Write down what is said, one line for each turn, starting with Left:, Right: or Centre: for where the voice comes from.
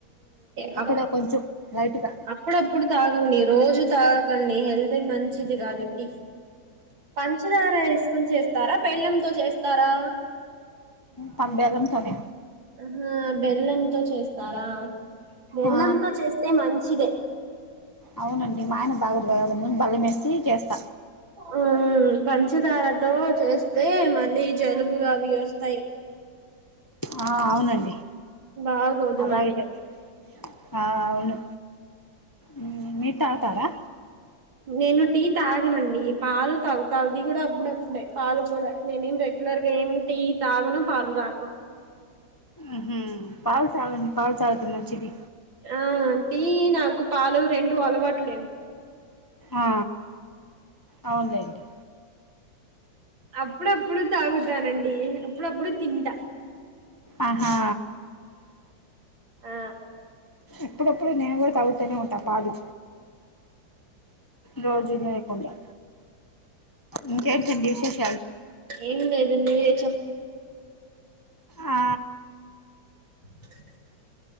Right: ఆ
Left: ఎప్పుడో కొంచెం లైట్ గా
Right: అప్పుడప్పుడు తాగండి రోజు తాగం హెల్త్ మంచిది కాదట్టి పంచదార వేసుకొని చేస్తారా బలంతో చేస్తారా ఆా
Left: పం బెల్లంతోనే
Right: బెల్లంతో చేస్తారా బెల్లంతో
Left: ఆ
Right: చేస్తే మంచిదే
Left: అవునండి మా ఆయన బాగోదు కదా నేను బెల్లం వేసి చేస్తా
Right: ఆ పంచదారతో చేస్తే మళ్ళీ జలుబులు అవి వస్త
Left: ఆ అవునండి
Right: బాగోదు
Left: అలాగే
Right: మళీ
Left: చేస్తా. ఆ అవును ఉ మీరు తాగుతారా
Right: నేను టీ తాగనండి పాలు తాగుత, అదికూడా అప్పుడప్పుడే పాలు కూడా నేనేం రెగ్యులర్ గా ఏం టీ తాగను పాలు తాగను.
Left: ఉహు పాలు తాగండి పాలు తాగితే మంచిది
Right: ఆ అంటీ నాకు పాలు రెండు అలవాటులేవు.
Left: ఆ అవునులెండి
Right: అప్పుడప్పుడు తాగుతానండి అప్పుడప్పుడు తింటా
Left: ఆహా
Right: ఆ
Left: ఎప్పుడప్పుడు నేను కూడా తాగుతూనే ఉంటా పాలు రోజునేేయకుండా ఇంకేంటండి విశేష
Right: ఎం లేదు మీరే చెప్
Left: ఆ
Right: టి టిన్ <unintelligible>